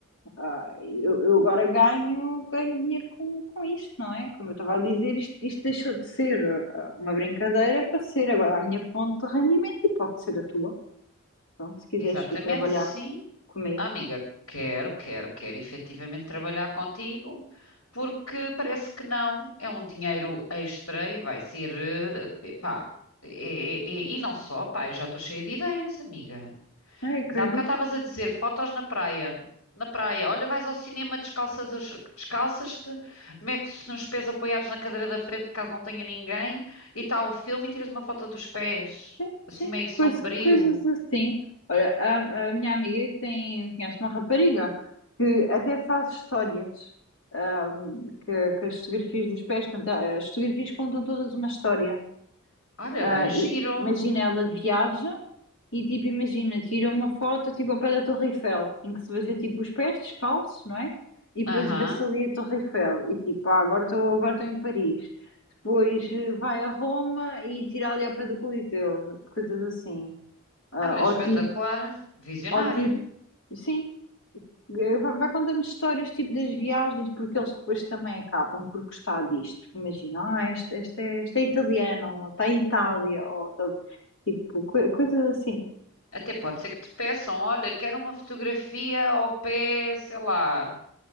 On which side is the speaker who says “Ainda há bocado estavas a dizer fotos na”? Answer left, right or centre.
Left